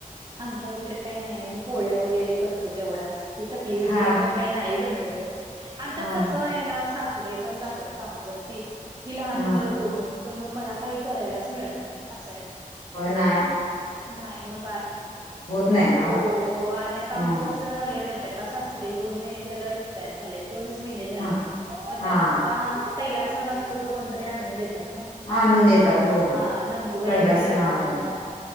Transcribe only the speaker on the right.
आमच्या ईकडे कांहीं नाहीं आम्हीं पोळ्या वगैरें करतों तेवढ्याच चकली वगैरे
पणं कांहीं नाहीं बनवंत आमच्यांत
कसं आहे नां सासूबाई ते पणं जातांत कामावरती ही लहान
मुलं दोन तरं मगं मला कांहीं करायलांच मिळतं नाहीं असं आहे.
नाहीं मगं आत
हो हो आणि आता
आमचं कसं आताझाले माहित आहे कां सासरे दोन महिने झाले एस्कप्रायर झाले दोनंच दोन नचं महिने झालं
मगं
त्यामुळें आता पैहीला संण असतों तो कोणतरी आणून देतात नां.
मगं आमचा
हा
नंदु बाईंनी
दिलेला
आणूंन
आता